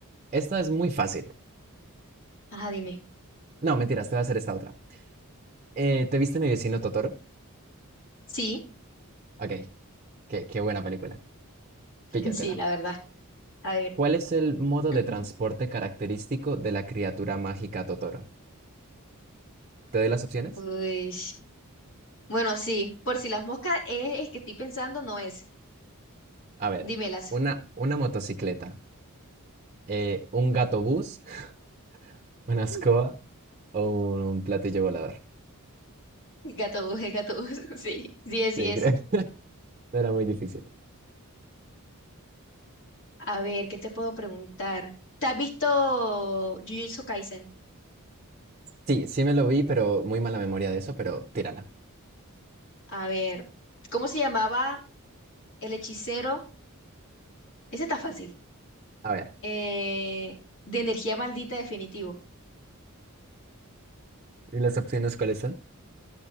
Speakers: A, on the right; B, on the left.
A: esta es muy fácil.
B: Ajá, dime.
A: No, mentiras, te voy a hacer esta otra. Eh, ¿te viste Mi vecino Totoro?
B: Sí,
A: Ok, qué, qué buena película.
B: <laughs>
A: Píllatela.
B: sí, la verdad. A ver.
A: ¿Cuál es el modo
B: <clears throat>
A: de transporte característico de la criatura mágica Totoro? ¿Te doy las opciones?
B: Uy. Bueno, sí, por si las moscas es el que estoy pensando, no es.
A: A ver,
B: Dímelas.
A: una, una motocicleta, eh, un gato bus, <laughs> una
B: <laughs>
A: escoba o un platillo volador.
B: Gato bus, el gato bus. <laughs> Sí, sí es, sí
A: Sí,
B: es.
A: creo. <laughs> No era muy difícil.
B: A ver, ¿qué te puedo preguntar? ¿Te has visto Jujutsu Kaisen?
A: Sí, sí me lo vi, pero muy mala memoria de eso, pero tírala.
B: A ver, ¿cómo se llamaba el hechicero? Ese está fácil.
A: A ver,
B: Eh, de energía maldita definitivo.
A: ¿y las opciones cuáles son?